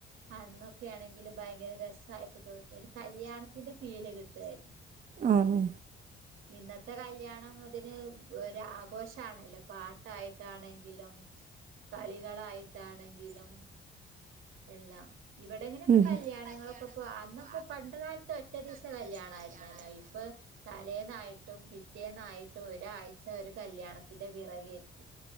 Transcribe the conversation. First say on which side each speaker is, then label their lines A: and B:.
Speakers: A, on the right; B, on the right.
A: അന്നൊക്കെ ആണെങ്കിലും ഭയങ്കര രസായിട്ട് തോ ഒരു കല്യാണത്തിന്റെ ഫീല് കിട്ടുവായിരുന്നു
B: ആന്ന്
A: ഇന്നത്തെ കല്യാണം അതിന് ഒരാഘോഷാണല്ലോ പാട്ടായിട്ടാണെങ്കിലും കളികളായിട്ടാണെങ്കിലും എല്ലാം ഇവിടെ ഇങ്ങനൊക്കെ
B: ഉം
A: കല്യാണങ്ങൾക്കു
B: കല്യാണങ്ങളൊക്കെ
A: പ്പാ അന്നൊക്കെ
B: പോ
A: പണ്ട് കാലത്ത് ഒറ്റേ ദിവസത്തെ
B: ഒറ്റ ദിവസം
A: കല്യാണ ആയിരുന്നല്ലോ
B: കല്യാണമായിരുന്നല്ലോ.
A: ഇപ്പാ തലേന്നായിട്ടും പിറ്റേന്നായിട്ടും ഒരാഴ്ച ഒരു കല്യാണത്തിന്റെ പിറകെയായിരിക്കും